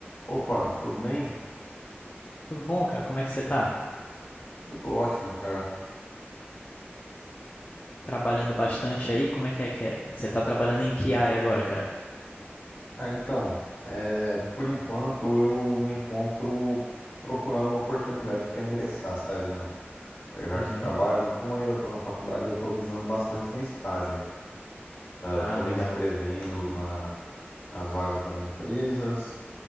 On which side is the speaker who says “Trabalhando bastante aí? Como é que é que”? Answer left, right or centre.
Left